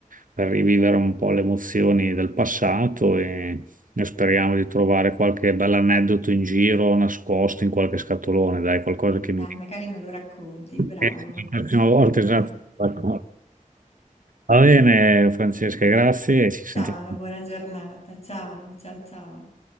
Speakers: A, on the right (about 80°); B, on the left (about 50°).
A: per rivivere un po' le emozioni del passato e, e speriamo di trovare qualche bell'aneddoto in giro, nascosto in qualche scatolone, dai, qualcosa che
B: Dai,
A: mi...
B: magari me lo racconti, bravo.
A: Eh, La prossima volta, esatto.
B: <laughs>
A: ecco. Va bene, Francesca, grazie e ci sentiamo.
B: Ciao, una buona giornata. Ciao, ciao, ciao.